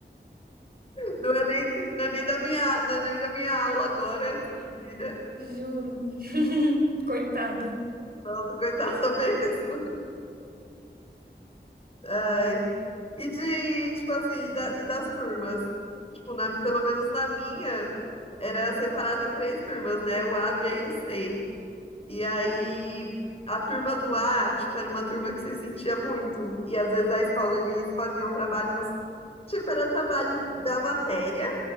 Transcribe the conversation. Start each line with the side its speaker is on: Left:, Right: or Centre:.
Left: Não é nem, não é nem da minha, não é nem da minha aula agora, essa menina.
Right: Juro. <laughs> Coitada.
Left: Nossa, coitada mesmo. Ai. E de, tipo assim, e, da- e das turmas? Tipo, na- pelo menos na minha, era separado em três turmas, né? O A, B e o C. E aí, a turma do A, tipo, era uma turma que se sentia muito. E às vezes a escola, eles faziam trabalhos, tipo, era trabalho da matéria,